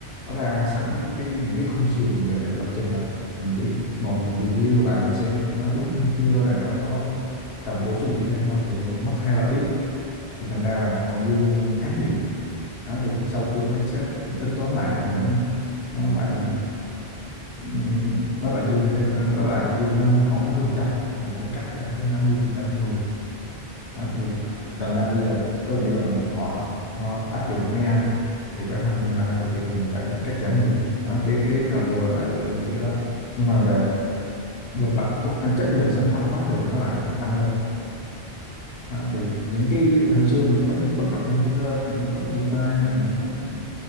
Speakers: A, on the left; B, on the right.
A: nó ra sẵn cái những cái khung sườn về lập trình rồi mình chỉ ngồi mình review lại mình xem cái nó đúng hay chưa rồi nó có cần bổ sung gì thêm không thì ví mất hai ba tiếng Thì thành ra là còn dư khá nhiều đó, thì sau khi mấy sếp tính toán lại thì nó nó lại ừ, nó lại dư thế- ờ, nó lại dư năm mươi khoảng năm mươi phần trăm là phải cắt giảm thêm 50 phần trăm người
B: Ồ,
A: đó,
B: các
A: thì
B: bạn 50%
A: thành
B: nhỉ?
A: ra bây giờ câu chuyện là mình họ áp họ áp dụng AI thì phải thành ra câu chuyện là mình phải cắt giảm người đó, cái cái đợt vừa rồi lại lại bị cái đó nhưng mà về về mặt qu- à, chất lượng sản phẩm á, thì nó lại tăng lên à, thì những cái hồi xưa mình có những cái bug rất là ngu ngơ những cái bug UI hay là những bug ừ,